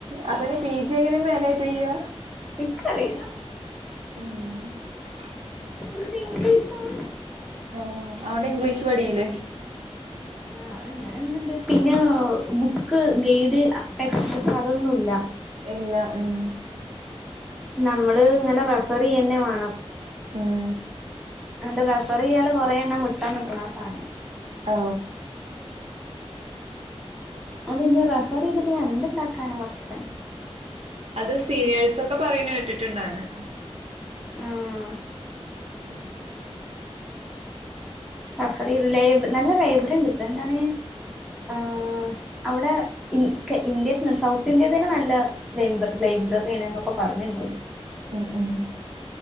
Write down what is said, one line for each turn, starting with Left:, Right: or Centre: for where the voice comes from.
Right: അപ്പനി പി ജി എങ്ങനെ മാനേജ് ചെയ്യാ
Centre: ഇക്കറില
Right: ഉം
Centre: ഫുൾ ഇംഗ്ലീഷാണ്
Right: ഓ അവിടെ ഇംഗ്ലീഷ് പടില്ലേ
Centre: ആഹ അങ്ങനന്ന്ണ്ട് പിന്നാ ബുക്ക് ഗൈഡ് ടെക്സ്റ്റ് ബുക്ക് അതൊന്നുല്ല
Right: എല്ലാം ഉം
Centre: നമ്മള് ഇങ്ങനെ റെഫർ ചെയ്യന്നെ വേണം
Right: ഉം
Centre: അണ്‌ട് റെഫർ ചെയ്യാല് കൊറെ എണ്ണം വിട്ടന്ന്ക്ക്ണ് ആ സാനം
Right: ഓ
Centre: അത് ഇന്ന് റഫർ ചെയ്തിട്ട് ഞാൻ ന്ത് ണ്ടാക്കാനാ പടച്ചോനെ
Right: അത് സീനിയേഴ്സൊക്കെ പറയുന്നെ കേട്ടിട്ടുണ്ടാന്
Centre: ആഹ്
Right: ഉം
Centre: റഫറി ല്ലായിര്ന്ന് നല്ല വെയ്റ്റ്ണ്ട് ട്ടൊ എന്താണ് ആ അവ്ടെ ഇന്ക് ഇന്ത്യ <unintelligible> സൗത്ത് ഇന്ത്യയിൽ തന്നെ നല്ല. <unintelligible> ലൈബ്രറി ആണ്ന്ന് ഒക്കെ പറഞ്ന്നോട്.
Right: ഉം ഉം.